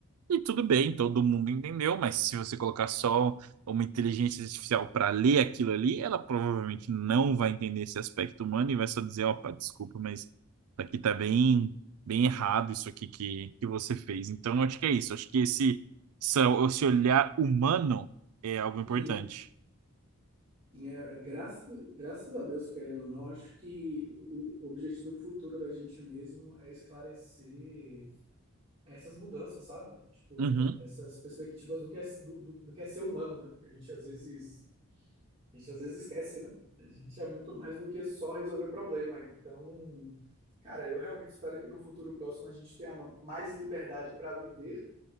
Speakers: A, on the right; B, on the right.
A: e tudo bem, todo mundo entendeu, mas se você colocar só uma inteligência artificial para ler aquilo ali, ela provavelmente não vai entender esse aspecto humano e vai só dizer, opa, desculpa, mas aqui tá bem, bem errado isso aqui que, que você fez. Então, eu acho que é isso. Acho que esse, essa- esse olhar humano é algo importante.
B: uhum. É, graças, graças a Deus, querendo ou não, acho que o objetivo futuro da gente mesmo é esclarecer essas mudanças, sabe? Tipo,
A: Uhum.
B: essas perspectivas do que é, do, do, do que é ser humano, né? A gente às vezes, a gente às vezes esquece, né? A gente é muito mais do que só resolver problema. Então, cara, eu realmente espero que no futuro próximo a gente tenha ma- mais liberdade para viver